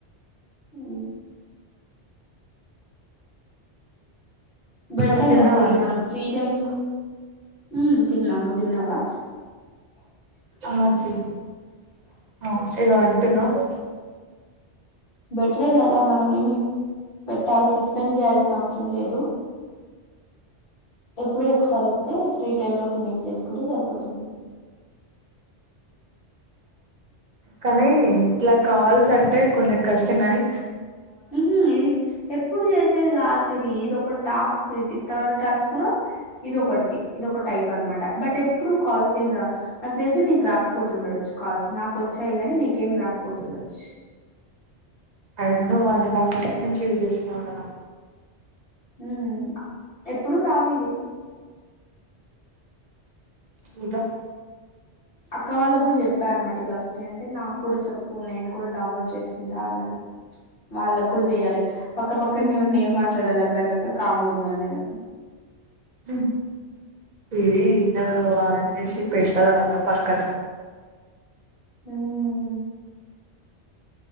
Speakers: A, on the left (about 60°); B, on the right (about 45°).
A: ఊ బెటర్
B: మరి తిన్నావానే
A: కదు సిరి మనం ఫ్రీ టైమ్ లో ఉ తిన్నాను తిన్నావా
B: ఆ తిన్న తిన్నఆ ఇదో అంటున్నావు
A: బెటరే కదా మనం ఏమి పెట్టాలి సస్పెండ్ చేయాల్సిన అవసరం లేదు ఎప్పుడో ఒకసారి ఇస్తే ఫ్రీ టైమ్ లో ఫినిష్ చేసుకుంటే సరిపోతుంది
B: కానీ ఇట్లా కాల్స్ అంటే కొంచె కష్టం కాని
A: ఉహు ఇది ఎప్పుడు చేసేది కాదు సిరి ఇదొక టాస్కుదిత <unintelligible> టౌవాలా ఇది ఒకటి ఇది ఒక టైప్ అనమాట బట్ ఎప్పుడు కాల్స్ ఏం రావు నాకు తెలిసి నీకు రాకపోతుండది అది కాల్స్ నాకు వచ్చాయి కాగానీ నీకేం రాకపోతుండొచ్చు
B: అయినా నువ్వు వన్ అండ్ హాఫ్ ఇయర్ నంచి యూజ్ చేస్తున్నావు కదా
A: ఉ ఎప్పుడు రావు ఇవి
B: ఇంకా
A: అక్క వాళ్ళ కూడా చెప్పా అన్నమాట ఇలా వస్తున్నాయంటే నాకు కూడా చెప్పు నేను కూడా డౌన్లోడ్ చేసుకుంటా అన్నారు వాళ్ళకు కూడా చేయాలి పక్కపక్క నే ఉండి ఏం మాట్లాడాలి అ <inaudible> కామ్ గున్న నేను నేను
B: <unintelligible> ఇది ఇన్నద ఆన్ చేసి పెట్టరాదు రా పక్కన
A: ఉమ్